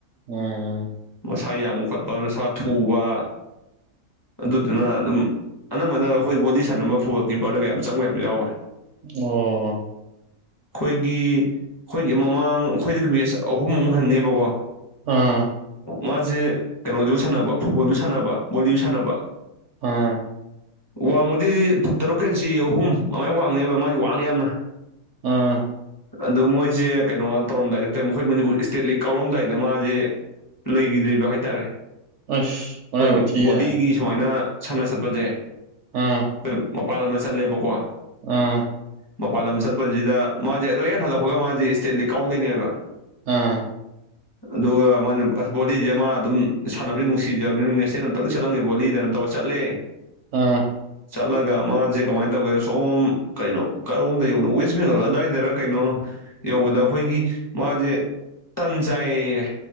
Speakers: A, on the right (about 65°); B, on the left (about 20°).
A: ꯎꯝ
B: ꯃꯁꯥ ꯌꯥꯡꯕ ꯈꯣꯠꯄ ꯃꯁꯥ ꯊꯨꯕ ꯑꯗꯨꯗꯨꯅ ꯑꯗꯨꯝ ꯑꯅꯝꯕꯅ ꯑꯈꯣꯏ ꯕꯣꯂꯤ ꯁꯥꯟꯅꯔꯝꯕ ꯐꯨꯠꯕꯣꯜ ꯀꯤꯞꯄꯔꯗꯒ ꯌꯥꯝ ꯆꯪꯕ ꯌꯥꯝ ꯌꯥꯎꯋꯦ
A: ꯑꯣ
B: ꯈꯣꯏꯒꯤ ꯈꯣꯏꯒꯤ ꯃꯃꯥꯡ ꯈꯣꯏꯗꯒꯤ ꯕꯦꯁ ꯑꯍꯨꯝꯃꯨꯛ ꯍꯟꯅꯦꯕꯀꯣ
A: ꯑꯥ
B: ꯃꯥꯖꯦ ꯀꯩꯅꯣꯁꯨ ꯁꯟꯅꯕ ꯐꯨꯠꯕꯣꯜꯁꯨ ꯁꯟꯅꯕ ꯚꯣꯂꯤꯁꯨ ꯁꯟꯅꯕ
A: ꯑꯥ
B: ꯋꯥꯡꯕꯗꯤ ꯐꯨꯠ ꯇꯔꯨꯛ ꯏꯟꯆꯤ ꯑꯍꯨꯝ ꯑꯃꯥꯏ ꯋꯥꯡꯅꯦꯕ ꯃꯥꯗꯤ ꯋꯥꯡꯉꯦ ꯌꯥꯝꯅ
A: ꯑꯥ
B: ꯑꯗꯣ ꯃꯣꯏꯖꯦ ꯀꯩꯅꯣ ꯇꯧꯔꯝꯗꯥꯏꯗ ꯇꯦꯝ ꯈꯣꯏ ꯃꯅꯤꯄꯨꯔ ꯏꯁꯇꯦꯠ ꯂꯤꯠ ꯀꯥꯎꯔꯝꯗꯥꯏꯗ ꯃꯥꯖꯦ ꯂꯩꯈꯤꯗ꯭ꯔꯤꯕ ꯍꯥꯏꯇꯥꯔꯦ
A: ꯑꯁ ꯃꯔꯥꯏꯕꯛ
B: ꯈꯣꯏꯒꯤ
A: ꯊꯤꯍꯦ
B: ꯕꯣꯂꯤꯒꯤ
A: ꯑꯥ
B: ꯁꯨꯃꯥꯏꯅ ꯁꯥꯟꯅ ꯆꯠꯄꯖꯦ
A: ꯑꯥ
B: ꯈꯣꯏ ꯃ ꯄꯥꯥꯟꯂꯝꯗ ꯆꯠꯂꯦꯕꯀꯣ
A: ꯑꯥ
B: ꯃꯄꯥꯟ ꯂꯝ ꯆꯠꯄꯖꯤꯗ ꯃꯥꯖꯦ ꯑꯗꯨ ꯍꯦꯛ ꯍꯜꯂꯛꯄꯒ ꯃꯥꯖꯦ ꯏꯁꯇꯦꯠ ꯂꯤꯛ ꯀꯥꯎꯗꯣꯏꯅꯦꯕ
A: ꯑꯥ
B: ꯑꯗꯨꯒ ꯃꯥꯅ ꯑꯁ ꯕꯣꯂꯤꯖꯦ ꯃꯥ ꯑꯗꯨꯝ ꯁꯥꯟꯅꯕꯖꯦ ꯅꯨꯡꯁꯤꯖꯝꯅꯤꯅ ꯅꯦꯁꯅꯦꯜ ꯑꯝꯇꯪꯗꯤ ꯆꯠꯂꯝꯒꯦ ꯕꯣꯂꯤꯗꯅ ꯇꯧꯔ ꯆꯠꯂꯦ
A: ꯑꯥ
B: ꯆꯠꯂꯒ ꯃꯥꯖꯦ ꯀꯃꯥꯏ ꯇꯧꯒꯦꯗ ꯁꯣꯝ ꯀꯩꯅꯣ ꯀꯔꯣꯝꯗꯩꯅꯣ ꯋꯦꯁ ꯕꯦꯡꯒꯜ ꯑꯗꯥꯏꯗꯔ ꯀꯩꯅꯣ ꯌꯧꯕꯗ ꯑꯈꯣꯏꯒꯤ ꯃꯥꯖꯦ ꯇꯟ ꯆꯥꯏꯌꯦꯌꯦ